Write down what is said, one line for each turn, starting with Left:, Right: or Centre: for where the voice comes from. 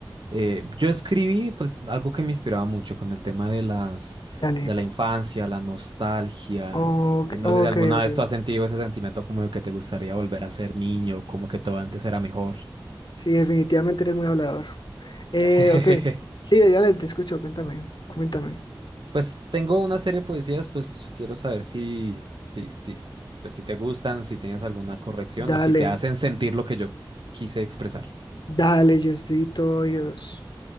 Right: Eh, yo escribí, pues, algo que me inspiraba mucho con el tema de las,
Left: Dale.
Right: de la infancia, la nostalgia.
Left: Ok,
Right: Y no
Left: ok,
Right: sé si alguna
Left: ok.
Right: vez tú has sentido ese sentimiento como de que te gustaría volver a ser niño, como que todo antes era mejor.
Left: Sí, definitivamente eres muy hablador.
Right: <laughs>
Left: Eh, ok. Sí, dale, te escucho, cuéntame, cuéntame.
Right: Pues tengo una serie de poesías, pues quiero saber si, si, si, pues, si te gustan, si tienes alguna corrección
Left: Dale,
Right: o si te hacen sentir lo que yo quise expresar.
Left: dale, yo estoy todo oídos.